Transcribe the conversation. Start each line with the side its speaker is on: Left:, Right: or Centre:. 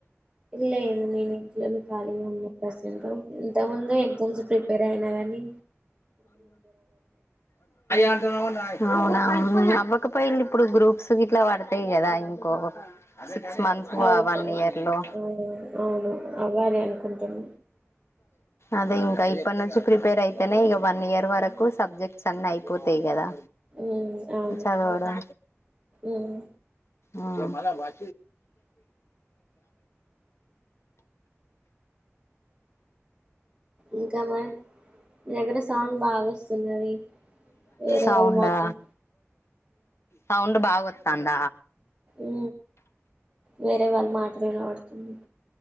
Right: లేదు నేను ఇంట్లోనే ఖాళీగా ఉన్నా పర్సెంట్ ఇంత ముందు ఎగ్జామ్స్ ప్రిపేర్ అయినా కాని
Left: అవునా నవ్వకపోయిల్ళ ఇప్పుడు గ్రూప్స్ గిట్లా పడతాయి కదా ఇంకో సిక్స్ మంత్స్
Right: అవుతాయి
Left: వన్ ఇయర్ లో
Right: అవును అవును అవ్వాలి అనుకుంటున్నా
Left: అదే ఇంకా ఇప్ప నుంచి ప్రిపేర్ అయితేనే ఇక వన్ ఇయర్ వరకు సబ్జెక్ట్స్ అన్ని అయిపోతాయి కదా
Right: ఉమ్ అవును
Left: తద్వారా
Right: ఉమ్
Left: ఆ
Right: ఇంకామ్మాయ్ సౌండ్ బాగా వస్తుందిది వేరే
Left: సౌండా
Right: వాళ్ళు మాటలు
Left: సౌండ్ బాగా వత్తంద
Right: ఉ వేరే వాళ్ళు మాటలు వినబడుతున్నాయి